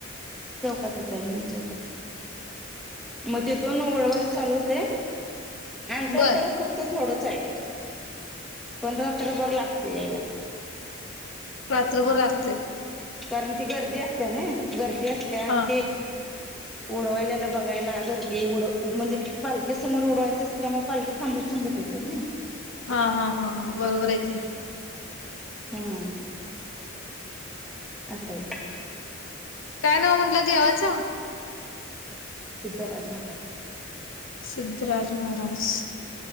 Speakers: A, in the centre; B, on the left.
A: चौकातच आहे मेन चौकात मग तिथून ओडवायला चालूच होत हे. अंतर
B: बर
A: तर फ तर थोडच आहे पण रात्र भर लागत यायला.
B: रात्रभर राखत
A: कारण ती गर्दी असते ना गर्दी असते आणि
B: हा
A: ते ओडवायल्याला बघायला गर्दी ओड म्हणजे ते पालखी समोर ओडवायचं असते त्यामुळे पालखी थांबत थांबत येते ना. <unintelligible>
B: हा हा हा ह बरोबर आहे का
A: अह हम्म. असं आहेेत.
B: काय नाव म्हनलं देवाचं
A: सिद्धराज महाराज
B: सिद्धराज महाराज